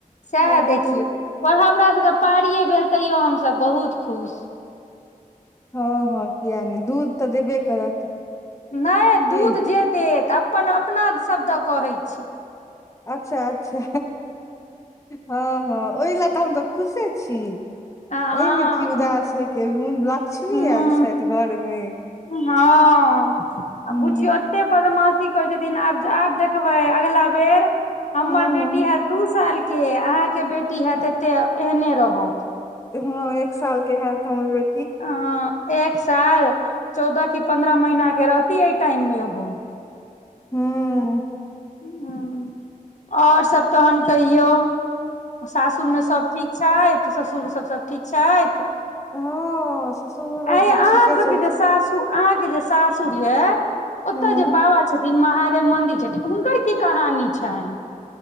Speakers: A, on the left (about 55°); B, on the left (about 20°).
A: सेहे
B: हँ
A: देखियौ पर हमरा सबके पारिये भेल तैयो हमसभ बहुत खुश
B: हँ हँ किया नै दूध तऽ देबे करत
A: नहि
B: की
A: दूध जे देत अपना अपना सभद कहैत छी
B: अच्छा अच्छा हँ हँ ओहि लऽ तऽ हम तऽ खुशे छी
A: हँ
B: ओहिमे कि उदास होयके लक्ष्मी
A: हूँ
B: आयल छथि घरमे
A: हँ आ
B: हूँ
A: बुझियो एते बदमाशी कहै छथिन आब आब देखबै अगिला बेर हमर
B: हूँ
A: बेटी हैत दू सालके अहाँके बेटी हैत एते एहने रहत
B: एक साल के है तऽ हमर बे
A: आ एक साल चौदह की पन्द्रह महिना के रहती एहि टाइम मे ओहो
B: हूँ
A: हँ और सब तहन कहियौ सासुर मे सब ठीक छैथ ससुर सभ सभ ठीक छैथ
B: हँ ससुरो
A: आइ
B: जी
A: यै
B: ठीके
A: अहाँ सबके
B: छथि
A: जे सासुर अहाँ के जे सासुर ये ओतय
B: हूँ
A: जे बाबा छथि महादेव मन्दिर छथिन हुनकर कि कहानी छनि